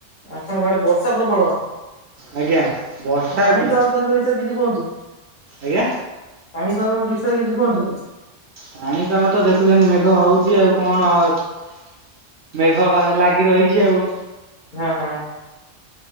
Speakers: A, on the left (about 80°); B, on the right (about 65°).
A: ଆପଣ ଆଡେ ବର୍ଷା ପ୍ରବଳ
B: ଆଜ୍ଞା
A: ଆଉ
B: ବର୍ଷା
A: ପାଣିପାଗ
B: ବି
A: କେନ୍ଦ୍ର ବିଷୟରେ କିଛି କୁହନ୍ତୁ।
B: ଆଜ୍ଞା?
A: ପାଣିପାଗ ବିଷୟରେ କିଛି କୁହନ୍ତୁ ହଁ।
B: ପାଣିପାଗ ତ ଦେଖୁଛନ୍ତି ମେଘ ହଉଛି ଆଉ କଣ ଏତ ମେଘ ବା ଲାଗି ରହିଛି ଆଉ।
A: ହଁ ହଁ